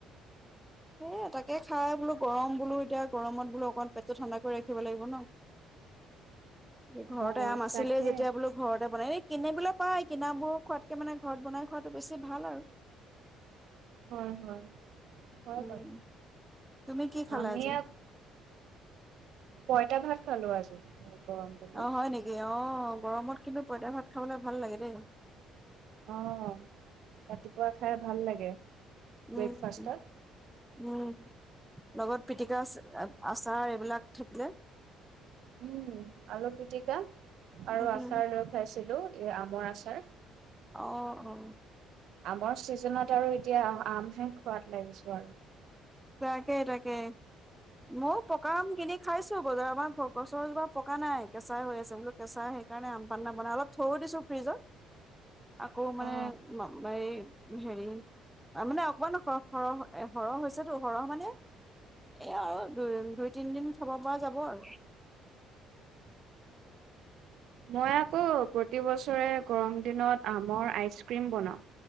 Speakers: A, in the centre; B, on the right.
A: সেই তাকে খাই বোলো গৰম বোলো এতিয়া গৰমত বোলো অকমান পেটটো ঠাণ্ডা কৰি ৰাখিব লাগিব ন ঘৰতে
B: অ
A: আম আছিলে
B: তাকে
A: যেতিয়া বোলো ঘৰতে বনাই ই কিনিবলৈ পায় কিনাবোৰ খোৱাতকে মানে ঘৰত বনাই খোৱাতটো বেছি ভাল আৰু
B: হয় হয় হয়
A: উম
B: হয়
A: তুমি কি খালা
B: আমি
A: আজি
B: আক পইতাঁ ভাত খালো আজি। গৰম বুলি
A: অ হয় নেকি অ গৰমত কিন্তু পইতাঁ ভাত খাবলৈ ভাল লাগে দেই
B: অ ৰাতিপুৱা খাই ভাল লাগে
A: উম।
B: ব্ৰেকফাষ্টত
A: উম লগত পিটিকা আচাৰ এইবিলাক থিক না
B: উম আলু পিটিকা আৰু
A: উম
B: আচাৰ লৈ খাইছিলো এই আমৰ আচাৰ
A: অ অ
B: আমৰ ছিজনত আৰু এতিয়া আমহে খোৱাদ লাগিছো আৰু।
A: তাকেই তাকে ময়ো পকাঁ আম কিনি খাইছো বজাৰৰ পৰা গছৰজোপা পকা নাই কেঁচা হৈ আছে বোলো কেঁচা সেইকাৰণে আম পান ন বনাই অলপ থৈ দিছোঁ ফ্ৰিজত আকৌ মানে
B: অ
A: এই হেৰি মানে অকমান সৰহ সৰহ হৈছে সৰহ মানে এআ আৰু দুই দুই তিনদিন খাব পৰা যাব আৰু!
B: মই আ'ক প্ৰতিবছৰে গৰম দিনত আমৰ বতৰত আইচক্ৰীম বনাও